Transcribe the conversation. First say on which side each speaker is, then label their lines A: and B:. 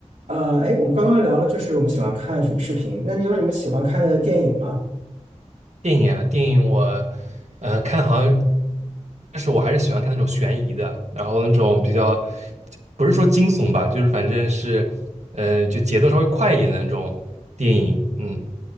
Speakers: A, on the right; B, on the right.
A: 呃，哎，我们刚刚聊了，就是我们喜欢看什么视频？那你有什么喜欢看的电影吗？
B: 电影啊，电影我呃看好像，但是我还是喜欢看那种悬疑的，然后那种比较不是说惊悚吧，就是反正是呃就节奏稍微快一点的那种电影，嗯，